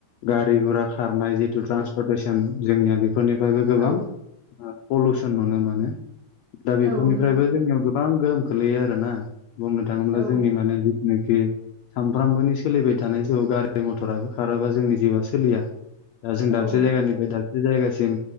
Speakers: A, on the left (about 80°); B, on the right (about 55°).
A: गारि गुरा खारनाय जिथु ट्रान्सपर्टेसन जोंनिया बे फोरनिफ्रायबो गोबां
B: औ
A: ओ पलुसन नुनो मोनो। दा बेफोरनिफ्रायबो
B: औ नंगौ
A: जोंनियाव गोबां गोहोम खोलैयो आरोना। बुंनो थाङोब्ला
B: औ
A: जोंनि माने जिथुनाखि सानफ्रामबोनि सोलिबाय थानाय जिउआव गारि मथराबो खाराबा जोंनि जिउआ सोलिया दा जों दाबसे
B: औ
A: जायगानिफ्राय दाब से जायगासिम